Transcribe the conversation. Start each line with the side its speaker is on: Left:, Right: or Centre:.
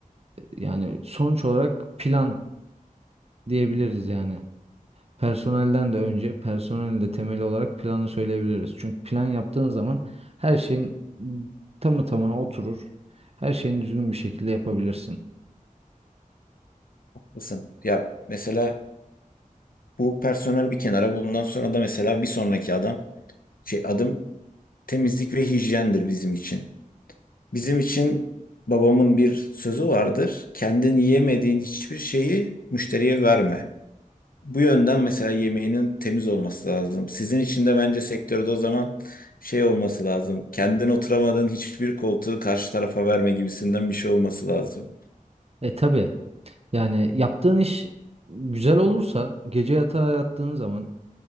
Right: Yani sonuç olarak plan diyebiliriz yani. Personelden de önce personelin de temeli olarak planı söyleyebiliriz. Çünkü plan yaptığın zaman her şeyin tamı tamına oturur. Her şeyini düzgün bir şekilde yapabilirsin.
Left: Mısın? Ya mesela Bu personel bir kenara. Bundan sonra da mesela bir sonraki adam şey adım temizlik ve hijyendir bizim için. Bizim için babamın bir sözü vardır. Kendin yiyemediğin hiçbir şeyi müşteriye verme. Bu yönden mesela yemeğinin temiz olması lazım. Sizin için de bence sektörde o zaman şey olması lazım. Kendin oturamadığın hiçbir koltuğu karşı tarafa verme gibisinden bir şey olması lazım.
Right: <laughs> E tabii Yani yaptığın iş güzel olursa gece yatağa yattığın zaman